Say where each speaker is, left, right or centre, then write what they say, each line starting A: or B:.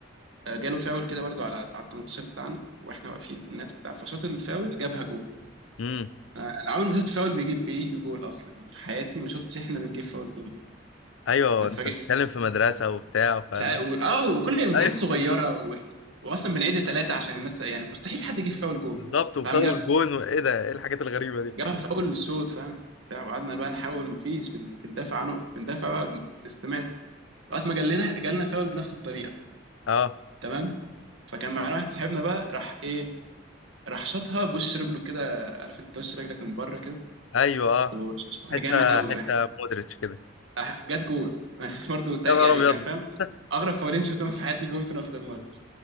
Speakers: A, on the right (about 80°); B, on the left (about 85°).
A: آه جاله فاول كده برده على على ال 18 بتاعنا واحنا واقفين النات وبتاع فشاط الفاول جابها جول
B: امم
A: آه انا عمري ما شفت فاول بيجيب بيجي جول اصلا يعني في حياتي ما شفتش احنا بنجيب فاول جول دي
B: ايوه
A: فاتفاجئت
B: انت بتتكلم في مدرسه وبتاع فلا
A: مش عارف و- اه وكل المساحات
B: ايوه
A: صغيره و... واصلا بنعيد ثلاثه عشان الناس يعني مستحيل حد يجيب فاول جول
B: بالظبط وفاول
A: فقام جاب
B: جون وايه ده ايه الحاجات الغريبه دي
A: جابها في اول الشوط فاهم بتاع وقعدنا بقى نحاول مفيش بن- بندافع عنه بندافع بقى استماتة لغايه ما جالنا جالنا فاول بنفس الطريقه
B: اه
A: تمام فكان معانا واحد صاحبنا بقى راح ايه راح شاطها بوش رجله كده عارف انت وش رجلك من بره كده
B: ايوه اه
A: وشاطها
B: حته
A: جامد قوي
B: حته
A: راح
B: مودريتش كده
A: راح- جت جول <laughs> برضه تا-
B: يا
A: يعني
B: نهار ابيض
A: كان فاهم
B: <laughs>
A: اغرب فاولين شفتهم في حياتي جون في نفس الماتش